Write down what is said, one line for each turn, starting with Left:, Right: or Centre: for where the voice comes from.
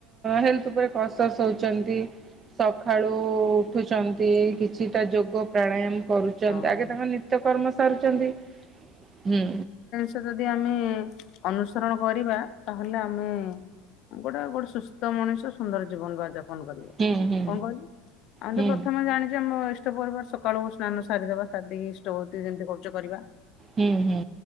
Right: ହେଲଥ ଉପରେ କଂସର୍ସ ହଉଚନ୍ତି। ସଖାଳୁ ଉଠୁଚ଼ନ୍ତି କିଛିଟା ଯୋଗ ପ୍ରାଣାୟାମ କରୁ ଚନ
Left: ହଁ
Right: ଆଗେ ତାଙ୍କ ନିତ୍ୟ କର୍ମ ସାରୁଚନ୍ତି ହୁଁ।
Left: ତ ଯଦି ଆମେ ଅନୁସରଣ କରିବା ତାହେଲେ ଆମେ ଗୋଟେ ଗୋଟେ ସୁସ୍ଥ ମଣିଷ ସୁନ୍ଦର ଜୀବନ ବା ଜା ପନ କରିବା।
Right: ହୁଁ ହୁଁ
Left: କଣ କଇଲୁ ଆମେ
Right: ହୁଁ
Left: ତ ପ୍ରଥମେ ଜାଣି ଚେ ଆମ ଇଷ୍ଟ ପରିବାର ସକାଳୁ ସ୍ନାନ ସାରିଦବା ସାରିଦେଇକି ଇଷ୍ଟବୃତ୍ତି ଯେମିତି କରୁଚେ କରିବା।
Right: ହୁଁ ହୁଁ।